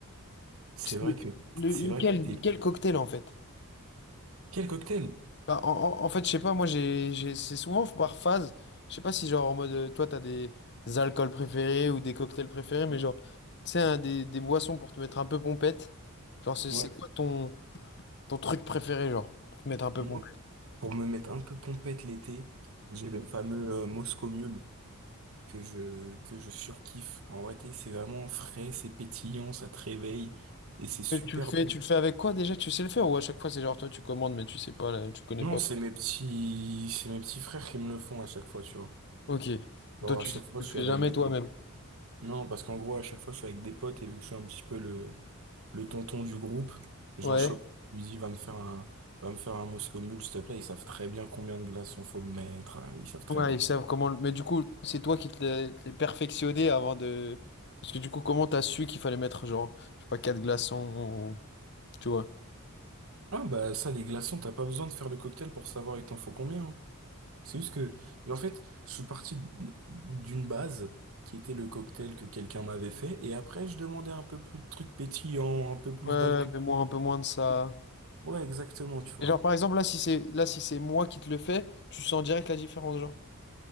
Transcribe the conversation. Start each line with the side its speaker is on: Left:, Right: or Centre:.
Right: C'est vrai
Left: le-
Right: que
Left: le-
Right: c'est vrai
Left: lequel,
Right: que t'es...
Left: quel cocktail en fait?
Right: Quel cocktail?
Left: Bah, en, en- en fait, je sais pas, moi, j'ai, j'ai, c'est souvent par phase. Je sais pas si, genre, en mode, euh, toi, t'as des alcools préférés ou des cocktails préférés, mais genre, tu sais, hein, des, des boissons pour te mettre un peu pompette. Genre, c'est
Right: Ouais.
Left: c'est quoi ton, ton truc préféré, genre, pour te mettre un peu
Right: Moi,
Left: pompette?
Right: pour me mettre un peu pompette l'été, j'ai le fameux euh, Moscow Mule que je que je surkiffe. En vrai, t'es- c'est vraiment frais, c'est pétillant, ça te réveille et c'est super
Left: Et tu le fais,
Right: bon.
Left: tu le fais avec quoi déjà? Tu sais le faire ou à chaque fois, c'est genre, toi, tu commandes, mais tu sais pas, là, tu connais
Right: Non,
Left: pas.
Right: c'est mes petits c'est mes petits frères qui me le font à chaque fois, tu vois.
Left: Ok.
Right: Alors
Left: Toi, tu,
Right: à chaque
Left: tu
Right: fois,
Left: le
Right: je
Left: fais
Right: suis avec
Left: jamais
Right: des
Left: toi-même.
Right: potes. Non, parce qu'en gros, à chaque fois, je suis avec des potes et vu que je suis un petit peu le Le tonton du groupe, Jean
Left: Ouais.
Right: Chop, lui dit, va me faire un, va me faire un Moscow Mule, s'il te plaît. Ils savent très bien combien de glaçons faut mettre. hein, Ils savent très
Left: Ouais,
Right: bien.
Left: ils savent comment. le- Mais du coup, c'est toi qui te l'es te l'es perfectionné avant de. Parce que du coup, comment t'as su qu'il fallait mettre genre, je sais pas, quatre glaçons, ou- tu vois.
Right: Ah, bah, ça, les glaçons, t'as pas besoin de faire le cocktail pour savoir il t'en faut combien. hein. C'est juste que, mais en fait, je suis parti d'une base qui était le cocktail que quelqu'un m'avait fait. Et après, je demandais un peu plus de trucs pétillants, un peu plus
Left: Ouais,
Right: d'alcool.
Left: mais moi un peu moins de ça.
Right: Ouais, exactement, tu vois.
Left: Et genre par exemple là, si c'est là si c'est moi qui te le fais, tu sens direct la différence, genre.